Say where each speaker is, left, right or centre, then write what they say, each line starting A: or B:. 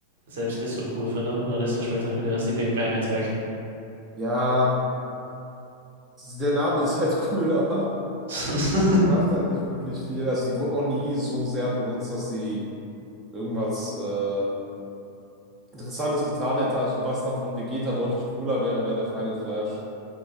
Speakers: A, on the right; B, on the right.
A: selbst nicht so cool finde oder nicht so spektakulär, ist die Big Bang Attack.
B: Ja, der Name ist halt <laughs> cool, aber
A: <laughs>
B: die macht halt nicht wirklich viel. Also die wurde auch nie so sehr benutzt, dass sie irgendwas äh, Interessantes getan hätte. Also was dann von Vegeta deutlich cooler wäre, wäre der Final Flash.